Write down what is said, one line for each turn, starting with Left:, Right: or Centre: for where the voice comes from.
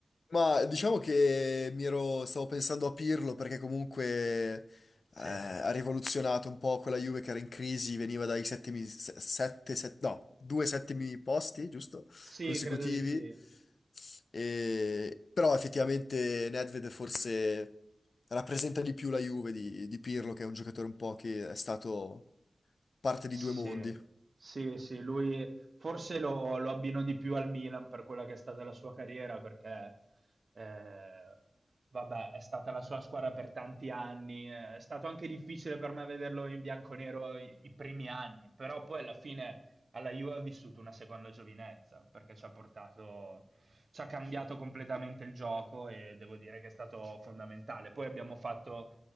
Left: Ma diciamo che mi ero, stavo pensando a Pirlo perché comunque eh,
Right: Sì.
Left: ha rivoluzionato un po' quella Juve che era in crisi, veniva dai settimi, se- sette, set- no, due settimi posti, giusto?
Right: Sì,
Left: Consecutivi.
Right: credo di sì.
Left: E- però effettivamente Nedved forse rappresenta di più la Juve di, di Pirlo, che è un giocatore un po' che è stato parte
Right: Sì,
Left: di due mondi.
Right: sì, sì, lui forse lo, lo abbino di più al Milan per quella che è stata la sua carriera, perché eh, vabbè, è stata la sua squadra per tanti anni, eh, è stato anche difficile per me vederlo in bianconero i, i primi anni, però poi alla fine alla Juve ha vissuto una seconda giovinezza, perché ci ha portato, ci ha cambiato completamente il gioco e devo dire che è stato fondamentale. Poi abbiamo fatto